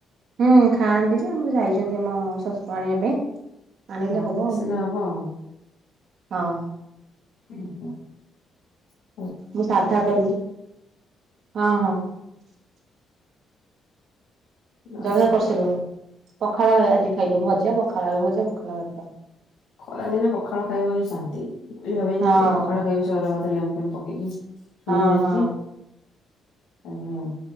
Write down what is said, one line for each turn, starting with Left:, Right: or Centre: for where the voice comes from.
Right: ହୁଁ ଖାଆନ୍ତି ଯେ ଆମର। ଯାଇଛନ୍ତି ଆମ ଶଶୁର ଆଣିବା ପାଇଁ। ଆଣିଲେ
Left: ଓହୋ
Right: ହବ
Left: ଆସିଲେ
Right: ଆଉ
Left: ଆଉ
Right: ହଁ।
Left: ହୁଁ ଓହଃ।
Right: ମୁଁ ସାଧା କରିଛି ହଁ ହଁ।
Left: ଓହୋ।
Right: ଜଳଖିଆ କରିସାରିଲୁଣି। ପଖାଳ ଆଜି ଖାଇଲୁ ଭଜା ପଖାଳ ଆଳୁ ଭଜା ପଖାଳ ଭାତ।
Left: ଖରାଦିନେ ପଖାଳ ଖାଇବ ହିଁ ଶାନ୍ତି। ମୁଁ ବି ଭାବିଚି
Right: ହଁ
Left: ଆଜି ଟିକେ ପଖାଳ ଖାଇବି ସେ ଅରୁଆ ଭାତ। ଲେମ୍ବୁ ଫେମ୍ବୁ ପକେଇକି। ଛୁଇଁ
Right: ହଁ
Left: ଭାଜିଛି
Right: ହଁ।
Left: ଖାଇବି ଆଉ।